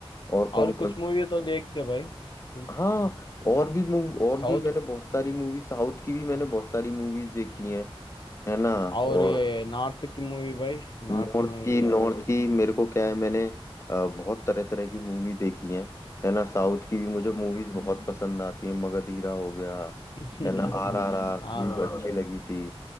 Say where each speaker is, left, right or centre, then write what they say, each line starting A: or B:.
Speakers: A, on the left (about 30°); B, on the left (about 50°).
A: और कौन
B: और
A: कौन
B: कुछ मूवी तो देखते भाई तुम
A: हाँ और भी मूव और
B: साउथ
A: भी मैंने बहुत सारी मूवी साउथ की भी मैंने बहुत सारी मूवीज देखी हैं है ना
B: और
A: और
B: ये नॉर्थ की मूवी भाई नॉर्थ
A: नॉर्थ
B: मूवी
A: की नॉर्थ
B: और
A: की मेरे को क्या है मैंने अ, बहुत तरह तरह की मूवी देखी हैं है ना साउथ की भी मुझे
B: हाँ भाई
A: मूवीज बहुत पसंद आती हैं मगधीरा हो गया
B: <laughs>
A: है ना आर आर आर
B: हाँ
A: भी
B: भाई
A: अच्छी लगी थी